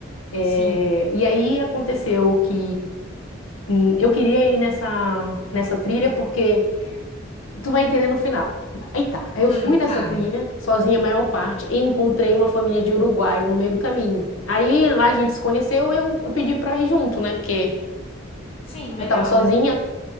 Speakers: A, on the left; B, on the left.
A: É,
B: sim.
A: e aí aconteceu que hum, eu queria ir nessa, nessa trilha porque Tu vai entender no final. Aí tá. Aí
B: Hum,
A: eu fui nessa
B: tá.
A: trilha, sozinha a maior parte, e encontrei uma família de uruguaio no meio do caminho. Aí lá a gente se conheceu, eu, eu pedi pra ir junto, né? Porque
B: Sim, melhor,
A: eu tava sozinha.
B: né? Do-